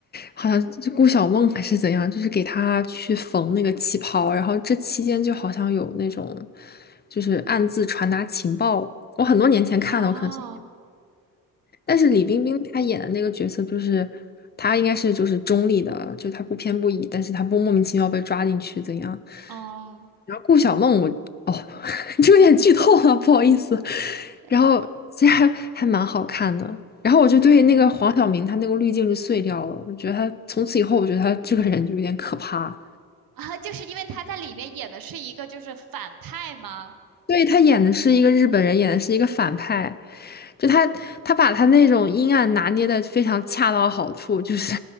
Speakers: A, on the left (about 25°); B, on the right (about 70°).
A: 好像就顾晓梦还是怎样，就是给她去缝那个旗袍，然后这期间就好像有那种就是暗自传达情报。我很多年前看的，
B: 哦，
A: 我可能现但是李冰冰她演的那个角色，就是她应该是就是中立的，就她不偏不倚，但是她不莫名其妙被抓进去怎样？
B: 哦，
A: 然后顾小梦我，哦，<laughs> 这有点剧透了，不好意思。
B: 为啥？
A: 然后其实还还蛮好看的。然后我就对那个黄晓明他那个滤镜就碎掉了，
B: 嗯，
A: 我觉得他从此以后，我觉得他这个人就有点可怕。
B: 啊，就是因为她在里面演的是一个就是反派吗？
A: 对，他演的是一个日本人，演的是一个反派，就他他把他那种阴暗拿捏的非常恰到好处，就是。